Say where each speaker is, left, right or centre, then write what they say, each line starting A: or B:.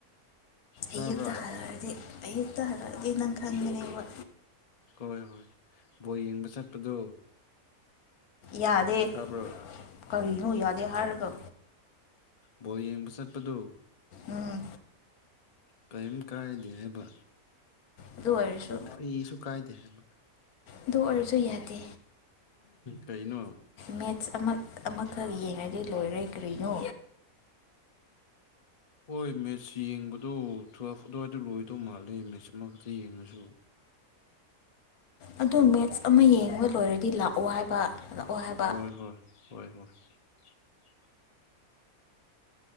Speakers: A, on the left; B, on the left.
A: ꯇꯥꯕ꯭ꯔꯥ
B: ꯏꯌꯛꯇ ꯍꯔꯗꯤ ꯑꯌꯨꯛꯇ ꯍꯥꯏꯂꯑꯗꯤ ꯅꯪ ꯈꯪꯗꯅꯦ ꯋꯥ
A: ꯍꯣꯏ ꯍꯣꯏ ꯕꯣ ꯌꯦꯡꯕ ꯆꯠꯄꯗꯣ
B: ꯌꯥꯗꯦ
A: ꯇꯥꯕ꯭ꯔꯣ
B: ꯀꯔꯤꯅ ꯌꯥꯗꯦ ꯍꯥꯏꯔꯒ
A: ꯕꯣ ꯌꯦꯡꯕ ꯆꯠꯄꯗꯨ
B: ꯎꯝ
A: ꯀꯔꯤꯝ ꯀꯥꯏꯗꯦ ꯍꯥꯏꯕ
B: ꯑꯗꯨ ꯑꯣꯏꯔꯁꯨ
A: ꯀꯔꯤꯁꯨ ꯀꯥꯏꯗꯦ ꯍꯥꯏꯃ
B: ꯑꯗꯨ ꯑꯣꯏꯔꯁꯨ ꯌꯥꯗꯦ
A: ꯀꯩꯩꯅꯣ
B: ꯃꯦꯠꯁ ꯑꯃ ꯑꯃꯈꯛ ꯌꯦꯡꯉꯗꯤ ꯂꯣꯏꯔꯦ ꯀꯔꯤꯅꯣ
A: ꯍꯣꯏ ꯃꯦꯠꯁ ꯌꯦꯡꯕꯗꯨ ꯊꯨꯞ ꯑꯗꯨꯋꯥꯏꯗꯣ ꯂꯣꯏꯗꯧ ꯃꯥꯜꯂꯦ ꯃꯦꯁꯃꯛꯇ ꯌꯦꯡꯉꯁꯨ
B: ꯑꯗꯣ ꯃꯦꯠꯁ ꯑꯃ ꯌꯦꯡꯕ ꯂꯣꯏꯔꯗꯤ ꯂꯥꯛꯑꯣ ꯍꯥꯏꯕ ꯂꯥꯛꯑꯣ ꯍꯥꯏꯕ
A: ꯍꯣꯏ ꯍꯣꯏ ꯍꯣꯏ ꯍꯣꯏ <unintelligible>